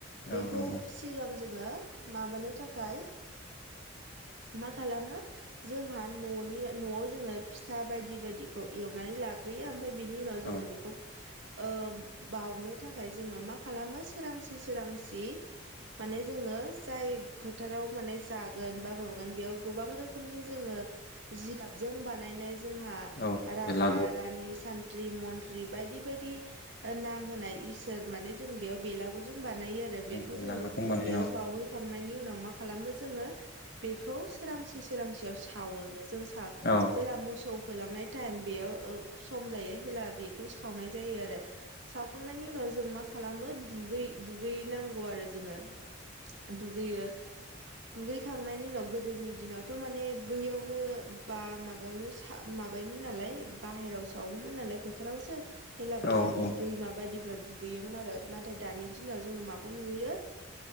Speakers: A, on the right; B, on the left.
A: बेखौ
B: औ नंगौ
A: सिगां जोंङो माबानो थाखाय मा खालामो जोंहा न'नि न'आव जोंङो फिथा बायदि बायदिखौ एवनानै लाग्रोयो ओमफ्राय बिनि उनाव जोंङो
B: औ
A: बेखौ ओ बावनो थाखाय जोंङो मा खालामो सोरांसि सोरांसि माने जोंङो जाय फोथाराव माने जागोन बा माबागोन बेयाव गोबां रोखोमनि जोंङो जिगाबजों बानायनाय जोंहा
B: औ
A: राजा
B: बेलागुर
A: रानि सान मन्त्रि मन्त्रि बायदि बायदि नाम होनाय इसोर माने जों बेयाव बेलागुरजों बानायो आरो दा बेखौ
B: बेलागुर
A: जोंङो
B: होनबानाय
A: बेयाव
B: औ
A: बावो खांनायनि उनाव मा खालामो जोंङो बेखौ सोरांसि सोरांसियाव सावो जों सा
B: औ
A: जेला मोसौ फोलांनाय टाइम बेयाव सम जायो हेब्ला बेखौ सावनाय जायो आरो सावखांनायनि उनाव जों मा खालाम खालामो दुगै दुगै नांगौ आरो जोंङो दुगैयो दुगैखांनायनि उनाव गोदोनि दिनावथ' माने बैयावनो बा माबायावनो माबायोमोन नालाय बाहेरायाव सावोमोन नालाय फोथारावसो। हेलाबा
B: औ
A: जों
B: औ
A: दैमा बायदिफ्राव दुगैयोमोन आरो नाथाय दानि दिनाव जोंङो माखौ नुहैयो।